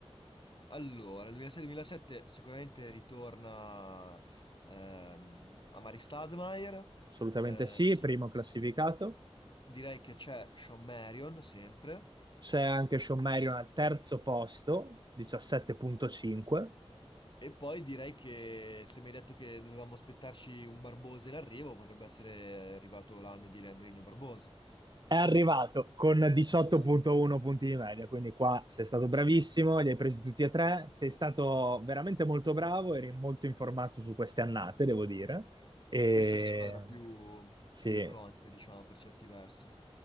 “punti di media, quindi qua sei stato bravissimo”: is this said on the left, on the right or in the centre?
Right